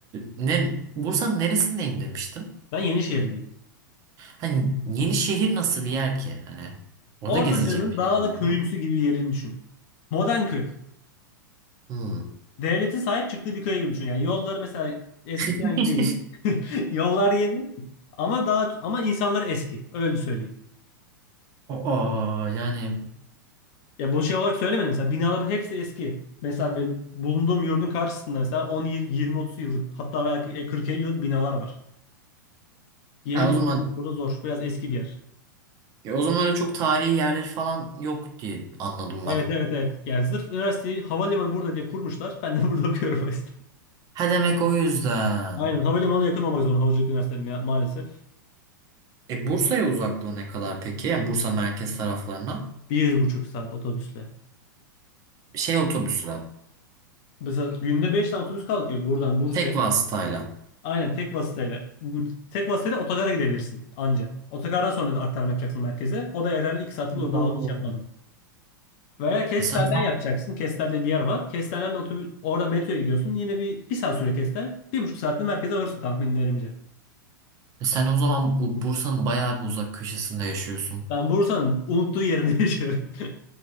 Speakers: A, on the right; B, on the left.
A: ne, Bursa'nın neresindeyim demiştin?
B: Ben Yenişehirliyim.
A: Hani yeni şehir nasıl bir yer ki? Hani orada
B: Ortaca'nın
A: gezilecek bir şeyler
B: daha
A: var
B: da köyümsü
A: mı?
B: gibi bir yerini düşün. Modern köy.
A: Hmm.
B: Devletin sahip çıktığı bir köy gibi düşün. Yani yolları mesela eskiden
A: <laughs>
B: değil. <laughs> Yollar yeni ama daha ama insanları eski. Öyle söyleyeyim.
A: Aa, yani
B: Ya bunu şey olarak söylemedim mesela binaların hepsi eski. Mesela benim bulunduğum yurdun karşısında mesela on yirmi otuz yıllık hatta belki 40-50 yıllık binalar var. Yeni
A: ha, o
B: bina
A: zaman
B: bulmak burada zor. Biraz eski bir yer.
A: e, o zaman öyle çok tarihi yerleri falan yok diye anladım
B: Evet
A: ben.
B: evet evet. Yani sırf üniversiteyi havalimanı burada diye kurmuşlar. Ben de <laughs> burada okuyorum o yüzden.
A: Ha demek o yüzden.
B: Aynen havalimanına yakın olmak zorunda Havacılık üniversiteleri ya- maalesef.
A: E Bursa'ya uzaklığı ne kadar peki? Yani Bursa merkez taraflarına
B: Bir buçuk saat otobüsle.
A: şey otobüsle,
B: Mesela günde 5 tane otobüs kalkıyor buradan Bursa'ya.
A: tek vasıtayla.
B: Aynen tek vasıtayla. Tek vasıtayla otogara gidebilirsin anca. Otogardan sonra da aktarma yapacaksın merkeze. O da herhalde 2 saati bulur. Daha
A: Oo.
B: hiç yapmadım. Veya Kestel'den
A: E, Sen
B: yapacaksın. Kestel'de bir yer var. Kestel'den de otobüs, orada metroya gidiyorsun. Yine bir, bir saat süre Kestel. Bir buçuk saatte merkeze varırsın tahminlerimce.
A: E Sen o zaman bu Bursa'nın bayağı bir uzak köşesinde yaşıyorsun.
B: Ben Bursa'nın unuttuğu yerinde <laughs> yaşıyorum.